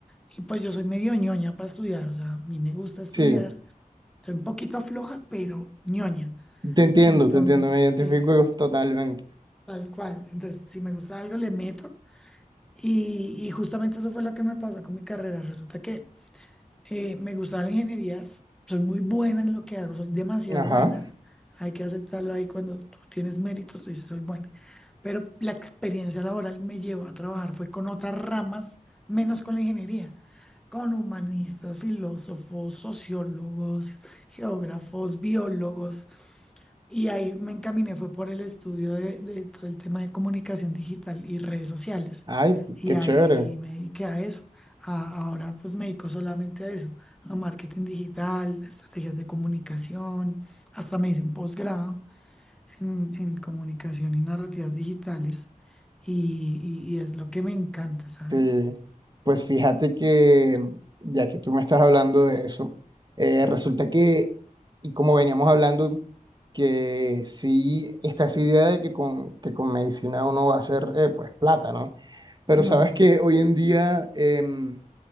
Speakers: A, in the centre; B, on the right.
A: y pues yo soy medio ñoña para estudiar, o sea, a mí me gusta estudiar,
B: Sí,
A: soy un poquito floja, pero ñoña,
B: te entiendo,
A: entonces
B: te entiendo,
A: sí,
B: me identifico totalmente.
A: tal cual, entonces si me gusta algo le meto. Y, y justamente eso fue lo que me pasó con mi carrera. Resulta que eh, me gustaban las ingenierías, soy muy buena en lo que hago, soy demasiado
B: Ajá.
A: buena. Hay que aceptarlo ahí cuando tú tienes méritos, tú dices, soy buena. Pero la experiencia laboral me llevó a trabajar, fue con otras ramas, menos con la ingeniería, con humanistas, filósofos, sociólogos, geógrafos, biólogos. Y ahí me encaminé, fue por el estudio de, de todo el tema de comunicación digital y redes sociales.
B: Ay,
A: Y
B: qué
A: ahí
B: chévere.
A: me dediqué a eso. A- ahora pues me dedico solamente a eso, a marketing digital, estrategias de comunicación, hasta me hice un posgrado en, en comunicación y narrativas digitales. Y, y- y es lo que me encanta, ¿sabes?
B: Sí. Pues fíjate que, ya que tú me estás hablando de eso, eh, resulta que, y como veníamos hablando, que sí, está esa idea de que con, que con medicina uno va a hacer, eh, pues, plata, ¿no? Pero
A: Mm,
B: sabes que hoy en día em,